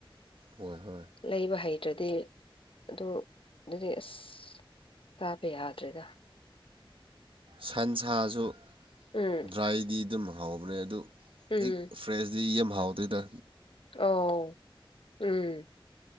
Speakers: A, on the right; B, on the left.
A: ꯍꯣꯏ ꯍꯣꯏ
B: ꯂꯩꯕ ꯍꯩꯇ꯭ꯔꯗꯤ ꯑꯗꯨ ꯑꯗꯨꯗꯤ ꯑꯁ꯫ ꯇꯥꯕ ꯌꯥꯗ꯭ꯔꯦꯗ
A: ꯁꯟꯁꯁꯨ
B: ꯎꯝ
A: ꯗ꯭ꯔꯥꯏꯗꯤ ꯑꯗꯨꯝ ꯍꯧꯕꯅꯦ ꯑꯗꯨ
B: ꯎꯝ
A: ꯍꯦꯛ ꯐ꯭ꯔꯦꯁ ꯁꯤ ꯌꯥꯝ ꯍꯥꯎꯗꯣꯏꯗ
B: ꯑꯣ ꯎꯝ